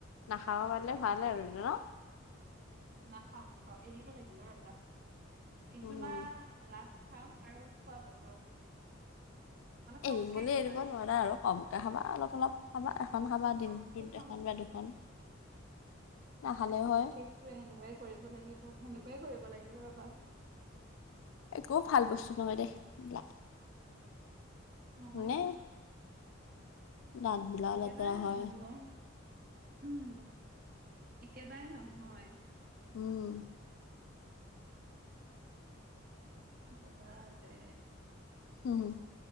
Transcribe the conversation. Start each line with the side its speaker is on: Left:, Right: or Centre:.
Left: নাখাব পাৰিলে ভাল আৰু ন।
Right: নাখাওঁ- নাখাওঁ এৰিব লাগিব ৰ'বা। এইটো
Left: উম
Right: মাহ লাষ্ট খাম আৰু খোৱা বন্ধ কৰিম। মানে
Left: এৰিম
Right: কমকে
Left: বুলি
Right: খাম
Left: এৰিব নোৱাৰা আৰু কমকৈ খাবা, অলপ- অলপ খাবা, এখন খাবা
Right: কমকে
Left: দিনটোত
Right: খাম
Left: এখন বা দুখন। নাখালেও হয়।
Right: সেইটোৱে সেনেকুৱাই কৰিব লাগিব, সেনেকুৱাই কৰিব লাগিব ৰ'বা।
Left: একো ভাল বস্তু নহয় দে এইবিলাক।
Right: নহয়
Left: মানে
Right: টো।
Left: দাঁত বিলাকও
Right: একেবাৰে
Left: লেতেৰা
Right: নহয়
Left: হয়
Right: অ। উম, একেবাৰে নহয়।
Left: উম।
Right: কি কবা যে।
Left: উম,